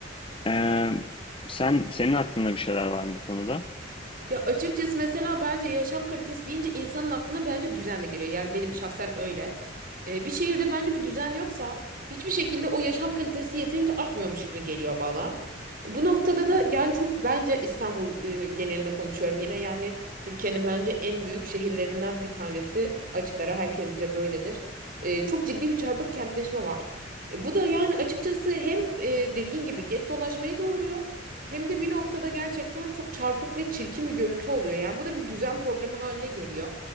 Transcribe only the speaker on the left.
Ee, sen senin aklında bir şeyler var mı bu konuda?